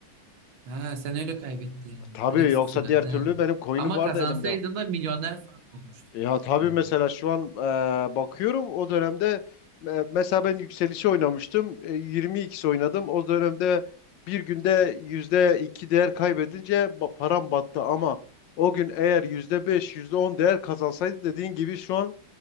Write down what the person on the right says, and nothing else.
Ha sen öyle kaybettin.
Direkt
sıfırladı.
ha.
Ama
kazansaydın
da milyoner falan olmuştun
galiba.